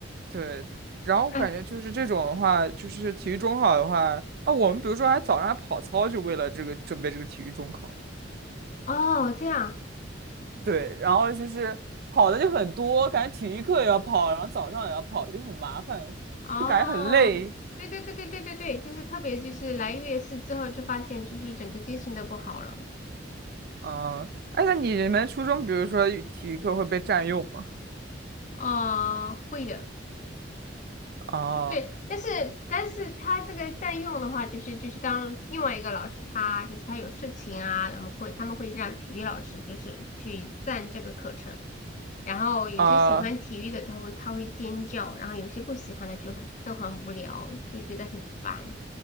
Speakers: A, on the right (about 55°); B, on the left (about 40°).
A: 对，然后我感觉就是这种的话，
B: 哎，
A: 就是体育中考的话，啊，我们比如说还早上还跑操，就为了这个准备这个体育中考。
B: 哦，这样，
A: 对，然后就是跑的就很多，感觉体育课也要跑，然后早上也要跑，就很麻烦，
B: 哦，
A: 就感觉很累。
B: 对对对对对对对，就是特别就是来月事之后就发现就是整个精神都不好了。
A: 嗯，哎，那你们初中，比如说体育课会被占用吗？
B: 哦，会的。
A: 哦
B: 对，但是但是他这个占用的话，就是就是当另外一个老师他就是他有事情啊，他们会他们会让体育老师就是去占这个课程，然后有些喜欢体育的他会他会尖叫，
A: 啊
B: 然后有些不喜欢的就很都很无聊，就觉得很烦。